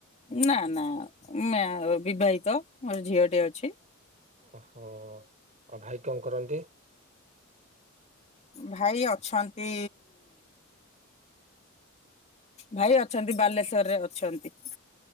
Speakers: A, on the left; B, on the right.
A: ନା ନା ନା ବିବାହିତ ମୋର ଝିଅ ଟେ ଅଛି।
B: ଓହୋ ଆଉ ଭାଇ କଣ କରନ୍ତି?
A: ଭାଇ ଅଛନ୍ତି ଭାଇ ଅଛନ୍ତି ବାଲେଶ୍ବରରେ ଅଛନ୍ତି।